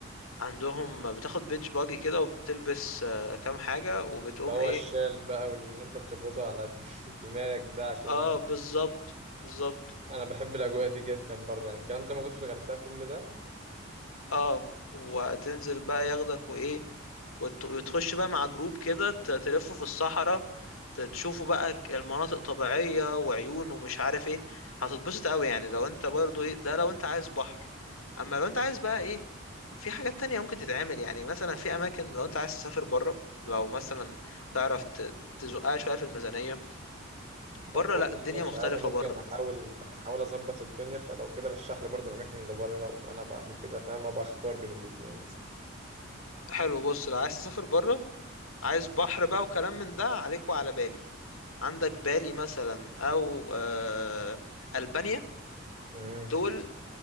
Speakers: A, on the left; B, on the right.
A: عندهم بتاخد بيتش باجي كده وبتلبس آه، كام حاجة وبتقوم
B: اللي هو
A: ايه
B: الشال بقى واللي انت بتربطه على <laughs> دماغك ده عشان
A: اه بالظبط بالظبط
B: انا بحب الاجواء دي جدا برضه يعني الكلام ده موجود في الغردقه كل ده
A: اه وتنزل بقى ياخدك وايه وت- وتخش بقى مع جروب كده ت- تلفوا في الصحراء ت- تشوفوا بقى ك- المناطق طبيعية وعيون ومش عارف ايه هتتبسط قوي يعني لو انت برضو ايه ده لو انت عايز بحر اما لو انت عايز بقى ايه في حاجات تانية ممكن تتعمل يعني مثلا في اماكن لو انت عايز تسافر بره لو مثلا تعرف ت- تزقها شوية في الميزانية بره
B: طب قول
A: لا
B: لي
A: الدنيا
B: ماشي
A: مختلفة
B: عادي ممكن
A: بره
B: احاول احاول اظبط الدنيا فلو كده رشح لي برضه الاماكن اللي بره وانا بعد كده فاهم ابقى اختار بين الاتنين مثلا
A: حلو بص لو عايز تسافر بره عايز بحر بقى وكلام من ده عليك وعلى بالي عندك بالي مثلا او آه البانيا
B: امم
A: دول